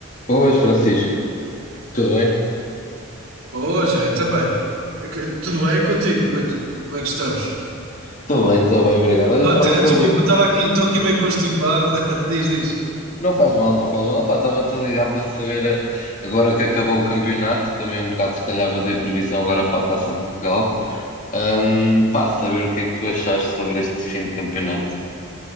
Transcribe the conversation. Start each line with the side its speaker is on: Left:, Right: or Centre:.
Left: Pois, Francisco, tudo bem?
Right: Ô, Jair, também. É que- Tudo bem contigo? Como é que, como é que estamos?
Left: Estou bem, estou bem, obrigado. Olha, estava-te
Right: Ah, tá, <laughs> desculpa,
Left: a ligar.
Right: estava aqui, estou aqui
Left: eh,
Right: meio constipado. <laughs> Diz, diz.
Left: Não faz mal, não faz mal. Pá, Estava-te a ligar para saber, eh, agora que acabou o campeonato, também um bocado se calhar fazer previsão agora para a Taça de Portugal. Ahm, pá, saber o que é que tu achaste sobre este fim de campeonato.